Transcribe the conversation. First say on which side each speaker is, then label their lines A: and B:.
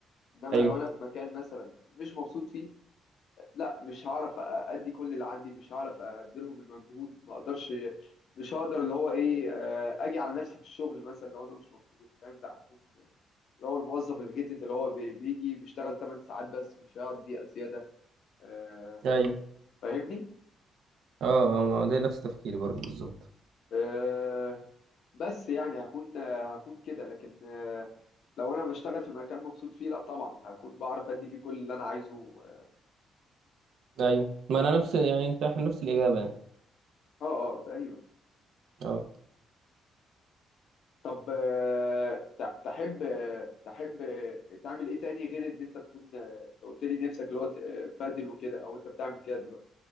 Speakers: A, on the left (about 70°); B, on the right (about 75°).
A: انما
B: أيوه
A: لو انا في مكان مثلا مش مبسوط فيه لا مش هعرف ادي كل اللي عندي مش هعرف اديلهم المجهود ما اقدرش مش هقدر اللي هو ايه آه، اجي على نفسي في الشغل مثلا لو انا مش مبسوط فاهم لا هكون اللي هو الموظف الغتت اللي هو بي- بيجي بيشتغل 8 ساعات بس مش هيقعد دقيقة زيادة آه،
B: أيوه
A: فاهمني
B: أه أه ما هو ده نفس تفكيري برضه بالظبط
A: آه، بس يعني هكون آه، هكون كده لكن آه، لو انا بشتغل في مكان مبسوط فيه لا طبعا هكون بعرف ادي فيه كل اللي انا عايزه اه
B: أيوه ما أنا نفس يعني أنت إحنا نفس الإجابة يعني
A: اه آه، تقريبا
B: أه
A: طب آه، ت- تحب آه، تحب آه، تعمل ايه تاني غير ان انت تكون آه، انت قلت لي نفسك اللي هو ت- آه، بادل وكده او انت بتعمل كده دلوقتي